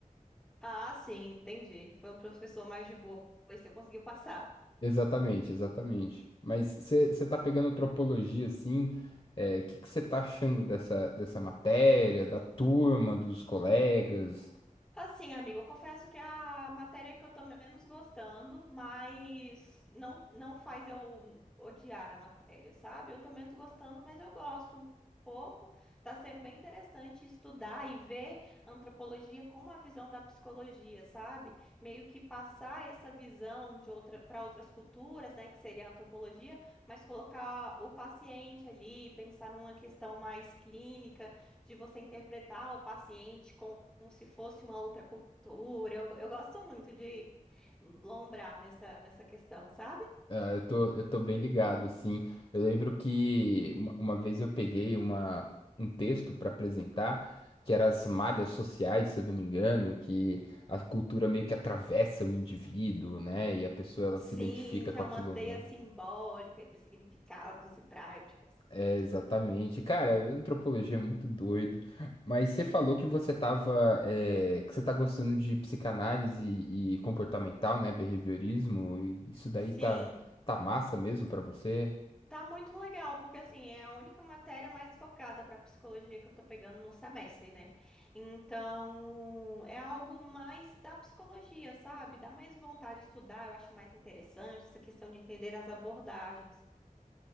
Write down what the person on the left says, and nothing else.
Exatamente, exatamente. Mas você está pegando antropologia assim, é, o que que você está achando dessa, dessa matéria, da turma, dos colegas?
Ah, eu tô, eu tô bem ligado, assim. Eu lembro que uma, uma vez eu peguei uma, um texto para apresentar, que era as malhas sociais, se eu não me engano, que a cultura meio que atravessa o indivíduo, né? E a pessoa ela
se identifica
com
aquilo
ou não.
É, exatamente. Cara, antropologia é muito doido. Mas você falou que você tava, é, que você tá gostando de psicanálise e, comportamental, né? Behaviorismo. E isso daí
tá, tá massa mesmo pra você?